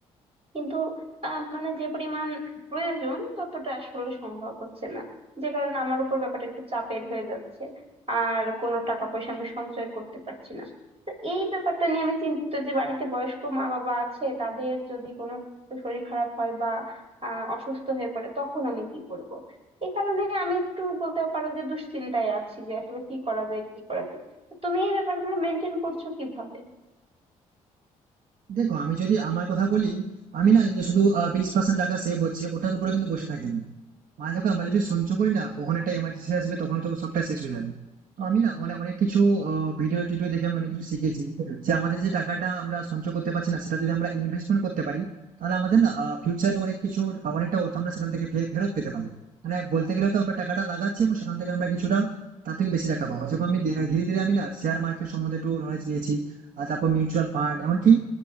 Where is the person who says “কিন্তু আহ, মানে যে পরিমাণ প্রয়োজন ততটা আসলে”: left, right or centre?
Right